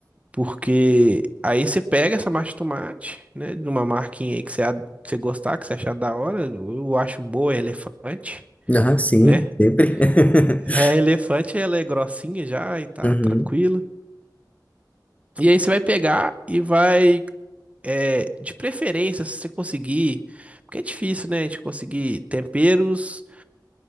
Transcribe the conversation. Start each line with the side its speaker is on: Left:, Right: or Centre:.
Right: Porque aí você pega essa massa de tomate, né? De uma marquinha aí que você, a- que você gostar, que você achar da hora. Eu eu acho boa, é elefante,
Left: Aham, sim,
Right: né?
Left: sempre. <laughs>
Right: É, elefante, ela é grossinha já e tá
Left: Uhum,
Right: tranquila. E aí você vai pegar e vai, é, de preferência, se você conseguir, porque é difícil, né, de conseguir temperos